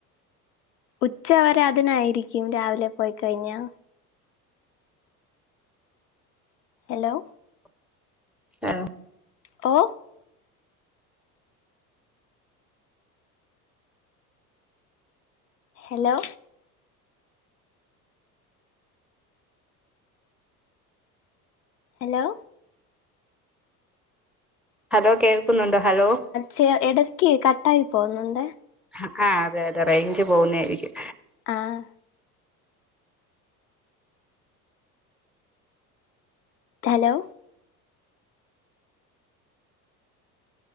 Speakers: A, on the left; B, in the centre.
A: ഉച്ചവരെ അതിനായിരിക്കും രാവിലെ പോയ്ക്കഴിഞ്ഞാ എലോ
B: ആഹ്
A: ഓ എലോ ഹലോ
B: ഹലോ കേൾക്കുന്നുണ്ടോ ഹലോ
A: ച എടക്ക് കട്ടായി പോവുന്നൊണ്ടെ
B: ആഹ് അതെ അതെ റേഞ്ച് പോവുന്നായിരിക്കും
A: ആഹ് ഹലോ